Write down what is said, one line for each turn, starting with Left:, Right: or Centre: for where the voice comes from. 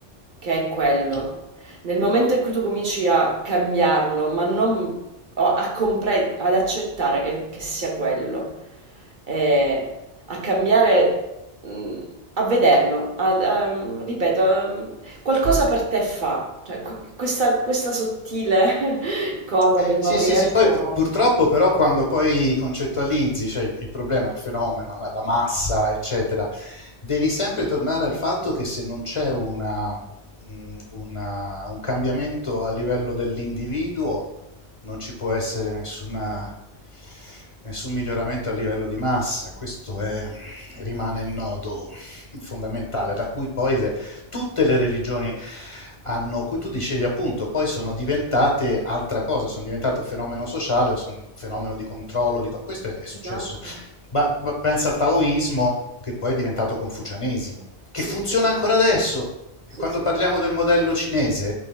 Right: che è quello.
Left: sì.
Right: Nel momento in cui tu cominci a cambiarlo, ma non o a compre- ad accettare che, che sia quello, eh, a cambiare, mh, a vederlo, a- a- ripeto, a- Qualcosa per te fa, cioè qu- questa, questa sottile <laughs> cosa che non
Left: Sì, sì,
Right: riesco.
Left: sì, poi pu- purtroppo però quando poi concettualizzi, cioè il, il problema, il fenomeno, no, la massa, eccetera, devi sempre tornare al fatto che se non c'è una, mh, una- un cambiamento a livello dell'individuo, non ci può essere nessuna- nessun miglioramento a livello di massa. Questo è- rimane il nodo fondamentale, da cui poi le tutte le religioni hanno, tu dicevi appunto, poi sono diventate altra cosa, sono diventate un fenomeno sociale, sono un fenomeno di controllo, di co- questo è, è successo.
Right: Esatto,
Left: Ma, ma pensa al taoismo che poi è diventato confucianesimo, che
Right: sì,
Left: funziona
Right: sì,
Left: ancora adesso.
Right: sì,
Left: Quando
Right: sì.
Left: parliamo del modello cinese,